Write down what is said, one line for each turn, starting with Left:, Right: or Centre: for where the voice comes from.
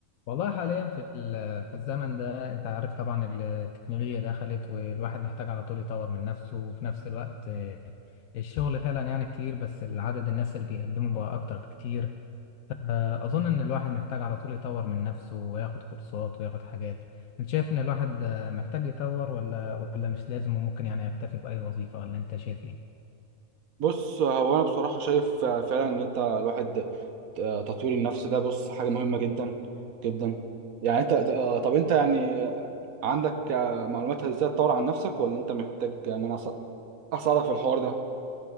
Left: والله حاليا في ال- في الزمن ده انت عارف طبعا التكنولوجيا دخلت والواحد محتاج على طول يطور من نفسه وفي نفس الوقت آه، الشغل فعلا يعني كتير بس العدد الناس اللي بيقدموا بقى اكتر بكتير آه، اظن ان الواحد محتاج على طول يطور من نفسه وياخد كورسات وياخد حاجات انت شايف ان الواحد آه، محتاج يطور ولا ولا مش لازم وممكن يعني يكتفي بأي وظيفة ولا انت شايف ايه
Right: بص هو انا بصراحه شايف آه، فعلا ان انت الواحد آه، تطوير النفس ده بص حاجه مهمه جدا جدا يعني انت آه، طب انت يعني عندك آه، معلومات ازاي تطور عن نفسك ولا انت محتاج ان انا أسا- اساعدك في الحوار ده